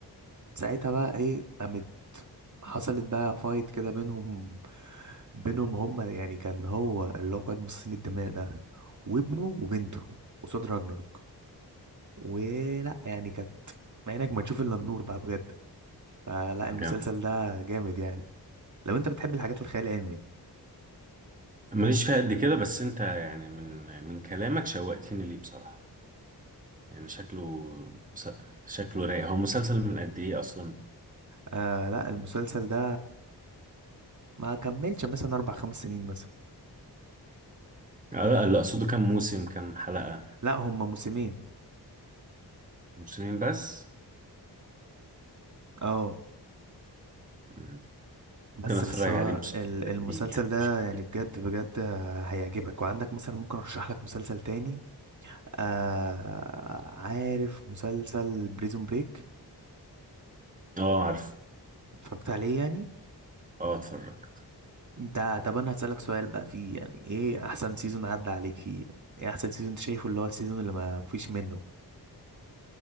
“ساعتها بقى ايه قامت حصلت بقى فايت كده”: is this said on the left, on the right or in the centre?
Right